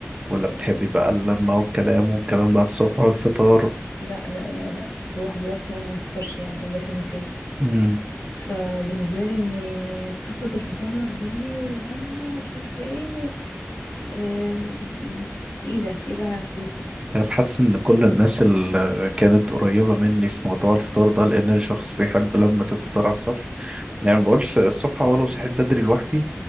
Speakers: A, on the right; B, on the left.
A: ولا بتحبي بقى اللمة والكلام والكلام ده على الصبح والفطار
B: لا لا لا لا لوحدي أصلا ما مفطرش يعني إلا فين وفين
A: امم
B: فبالنسبة لي إن قصة الفطار دي واللمة ومش عارفة ايه آم، م- تقيلة تقيلة على نفسيتي
A: حاسس ان كل الناس اللي كانت قريبة مني في موضوع الفطار ده لان انا شخص بيحب لمة الفطار على الصبح يعني ما بقولش الصبح اه لو صحيت بدري لوحدي